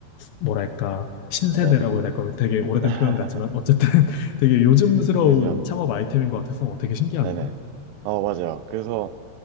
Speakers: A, on the left; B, on the right.
A: 뭐랄까, 신세대라고
B: 네네.
A: 해야 될까요? 되게 오래된
B: <laughs>
A: 표현 같지만, 어쨌든 <laughs> 되게 요즘스러운
B: 그죠?
A: 창업 아이템인 것 같아서 어, 되게 신기하네요.
B: 네네. 어, 맞아요. 그래서